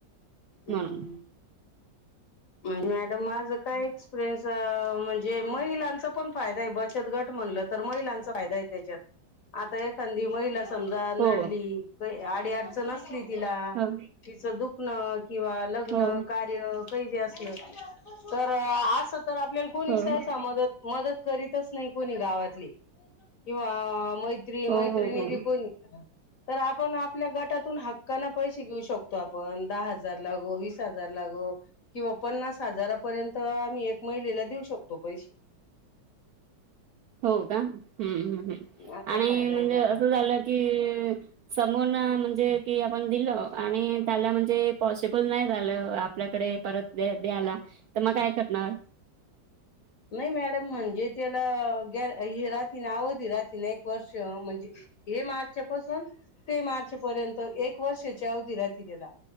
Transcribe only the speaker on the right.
म्हणुन.
हो
हो
हो
हो हो
हो हो हम्म
हो का हम्म हम्म.
आणि
म्हणजे
असं झालं की समोर ना म्हणजे कि आपण दिलं आणि त्याला म्हणजे पॉसिबल नाही आपल्याकडे परत द्यायला तर मग काय करणार.